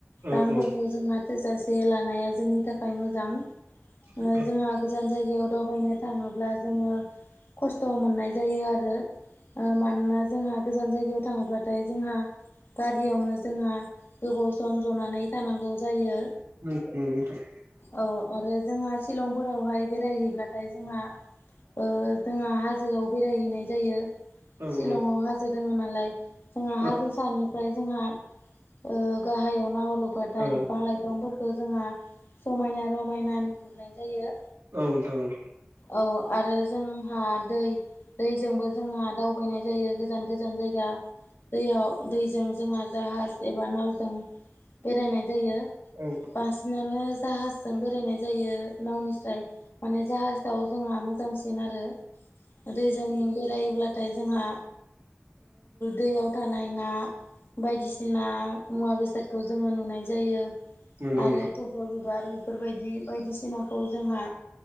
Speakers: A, on the right; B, on the left.
A: औ
B: रांफोरखौ
A: औ
B: जोंहा थोजासे लानाया जोंनि थाखाय मोजां
A: नंगौ
B: ओ जोंहा गोजान जायगायाव दावबायनो थाङोब्ला जोङो खस्थ' मोननाय जायो आरो। ओ मानोना जोंहा गोजान जायगायाव थाङोब्लाथाय जोंहा गारियावनो जोंहा गोबाव सम जनानै थानांगौ जायो।
A: <unintelligible> नोंगौ नोंथां।
B: औ आरो जोंहा शिलंफोरावहाय बेरायहैब्लाथाय जोंहा ओ जोंहा हाजोआव बेरायहैनाय जायो।
A: औ
B: शिलंआव
A: औ
B: हाजो दोङो नालाय जोंहा
A: औ
B: हाजो सानिफ्राय जोंहा ओ गाहायाव नाहरोबाथाय
A: औ
B: बिफां लाइफांफोर खौ जोंहा समायना रमायना नुहुरनाय जायो।
A: औ नोंथां औ।
B: औ आरो जोंहा दै दैजोंबो जोंहा दावबायनाय जायो गोजान -गोजान जायगा दैयाव दैजों जोंहा जाहाज एबा नावजों बेरायनाय जायो
A: औ
B: बांसिन नानो जाहाजजों बेरायनाय जायो नावनिस्राय माने जाहाजाव जोंहा मोजांसिन आरो दैजों बेरायोब्लाथाय जोंहा दैयाव थानाय ना बायदिसिना मुवा बेसादखौ जोङो नुनाय जायो।
A: नंगौ
B: आरो
A: नंगौ
B: थब्ल' बिबार बेफोरबायदि बायदिसिनाखौ जोंहा